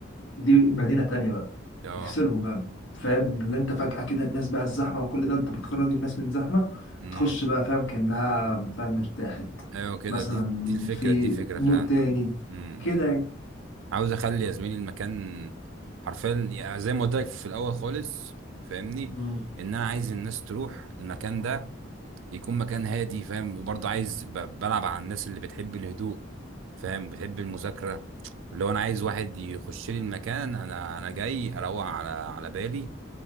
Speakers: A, on the left; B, on the right.
A: دي مدينه تانية بقى
B: اه
A: يفصلهم بقى فاهم اللي انت فجاه كده الناس بقى الزحمه وكل ده انت بتخرج الناس من زحمه
B: امم
A: بتخش بقى فاهم كانها فاهم ارتاحت
B: ايوه كده
A: مثلا
B: دي دي الفكره
A: في
B: دي فكره
A: مود
B: فعلا
A: تاني
B: امم
A: كده يعني.
B: عاوز اخلي يا زميلي المكان حرفيا يعني زي ما قلت لك في الاول خالص فاهمني
A: مم.
B: ان انا عايز الناس تروح المكان ده يكون مكان هادي فاهم وبرضه عايز ب- بلعب على الناس اللي بتحب الهدوء فاهم بتحب المذاكره اللي هو انا عايز واحد يخش لي المكان انا انا جاي اروق على على بالي